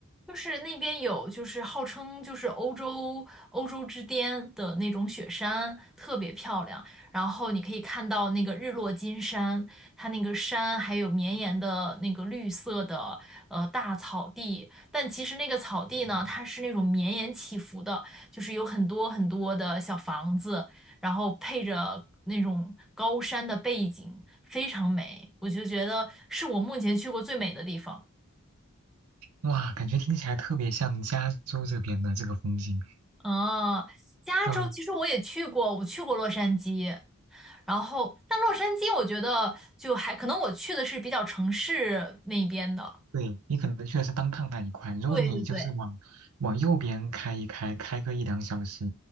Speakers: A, in the centre; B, on the right (about 75°).
A: 就是那边有，就是号称就是欧洲欧洲之巅的那种雪山，特别漂亮。然后你可以看到那个日落金山，它那个山还有绵延的那个绿色的呃大草地。但其实那个草地呢，它是那种绵延起伏的，就是有很多很多的小房子，然后配着那种高山的背景，非常美。我就觉得是我目前去过最美的地方。
B: 哇，感觉听起来特别像加州这边的这个风景。
A: 哦，加州其实我也去过，
B: 嗯。
A: 我去过洛杉矶，然后但洛杉矶我觉得就还可能我去的是比较城市那边的，
B: 对，你可能去的是当趟那一块，如果你就是往往右边开一开，
A: 对对对，
B: 开个一两小时，